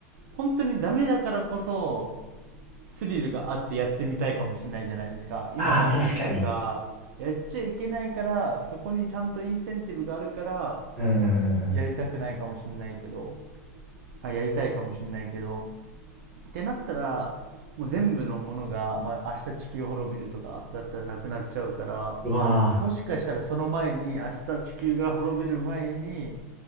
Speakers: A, on the right; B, on the right.
A: 本当にダメだからこそ、スリルがあってやってみたいかもしれないじゃないですか。今万引きとか、
B: ああ、確かに。
A: やっちゃいけないから、そこにちゃんとインセンティブがあるから、
B: うんうんうんうん。
A: やりたくないかもしれないけど、あ、やりたいかもしれないけど、ってなったら、もう全部のものが、まあ、明日地球滅びるとかだったらなくなっちゃうから、
B: うわあ。
A: もしかしたらその前に、明日地球が滅びる前に、